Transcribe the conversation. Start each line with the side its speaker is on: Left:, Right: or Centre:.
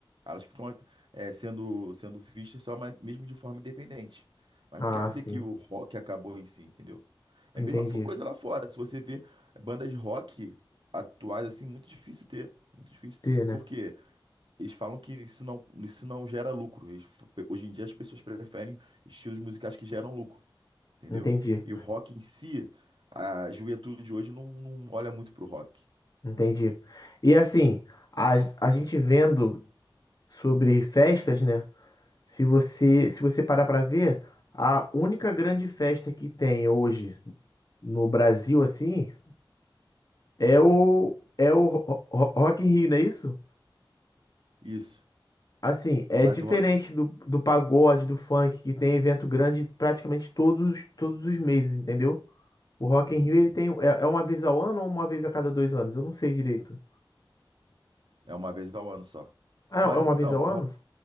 Right: elas ficam é, sendo, sendo vistas só ma- mesmo de forma independente. Mas
Left: Ah,
Right: não quer dizer que
Left: sim.
Right: o rock acabou em si, entendeu? É
Left: Entendi.
Right: a mesma fo- coisa lá fora. Se você vê bandas de rock atuais, assim, muito difícil ter. Muito difícil.
Left: T, né?
Right: Porque eles falam que isso não, isso não gera lucro. Eles f- hoje em dia as pessoas preferem estilos musicais que geram lucro, entendeu?
Left: Entendi.
Right: E o rock em si, a juventude de hoje não, não olha muito pro rock.
Left: Entendi. E assim, a, a gente vendo sobre festas, né? Se você, se você parar pra ver, a única grande festa que tem hoje no Brasil, assim, é o, é o Ro- Ro- Rock in Rio, não é isso?
Right: Isso.
Left: Assim, é
Right: Mas
Left: diferente
Right: o rock,
Left: do, do pagode, do funk, que tem evento grande praticamente todos, todos os meses, entendeu? O Rock
Right: entendi.
Left: in Rio, ele tem, é, é uma vez ao ano ou uma vez a cada dois anos? Eu não sei direito.
Right: É uma vez ao ano só.
Left: Ah,
Right: Mas
Left: é uma
Right: então,
Left: vez ao
Right: o
Left: ano?
Right: rock,